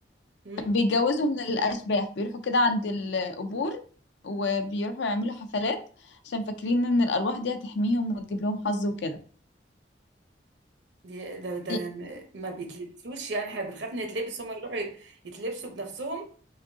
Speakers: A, on the right; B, on the left.
A: امم
B: بيتجوزوا من الأشباح بيروحوا كده عند القبور وبيروحوا يعملوا حفلات عشان فاكرين إن الأرواح دي هتحميهم وتجيب لهم حظ وكده
A: دي- ده ده
B: <laughs> إيه،
A: ما بيتلبسوش يعني احنا بنخاف نتلبس هما يروحوا يتلبسوا بنفسهم